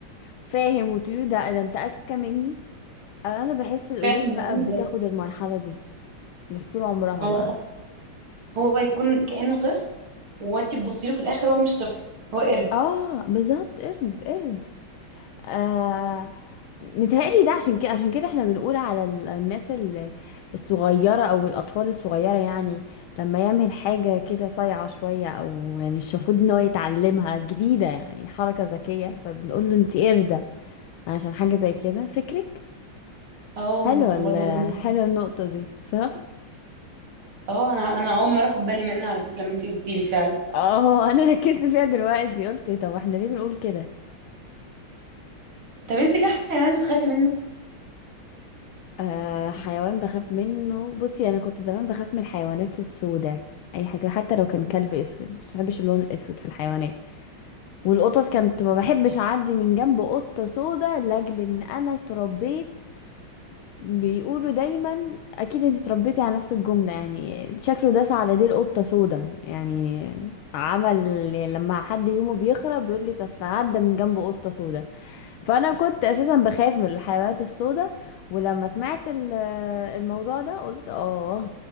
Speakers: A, on the left; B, on the right.
A: فاهم وتقولي ده ده انت اذكى مني انا بحس القرود
B: فعلا
A: بقى
B: هو عامل زي
A: بتاخد المرحله دي بس طول عمرها
B: يعني
A: بقى
B: تخيل هو يكون كانه طفل وانت تبصي له في الاخر هو مش طفل هو قرد
A: اه بالظبط قرد قرد آه متهيألي ده عشان كده عشان كده احنا بنقول على ال- الناس ال- الصغيرة او الاطفال الصغيرة يعني لما يعمل حاجة كده صايعة شوية او يعني مش المفروض ان هو يتعلمها جديدة يعني حركة ذكية فبنقول له انت قردة عشان حاجة زي كده فكرك
B: اه
A: حلوة
B: انا
A: ال-
B: برضه اظن
A: حلوة النقطة دي صح؟
B: اه انا انا اول مره اخد بالي منها على فكره لما انت قلتي لي فعلا
A: اه انا ركزت فيها دلوقتي قلت طب احنا ليه بنقول كده
B: طب انت في حيوان بتخافي منه
A: آه حيوان بخاف منه بصي انا كنت زمان بخاف من الحيوانات السوداء اي حاجه حتى لو كان كلب اسود بس ما بحبش اللون الاسود في الحيوانات والقطط كانت ما بحبش اعدي من جنب قطه سوداء لاجل ان انا اتربيت بيقولوا دايما اكيد انت اتربيتي على نفس الجمله يعني شكله داس على ديل قطه سوداء يعني عمل يعني لما حد يومه بيخرب بيقول لك اصل عدى من جنب قطه سوداء فانا كنت اساسا بخاف من الحيوانات السوداء ولما سمعت ال- الموضوع ده قلت اه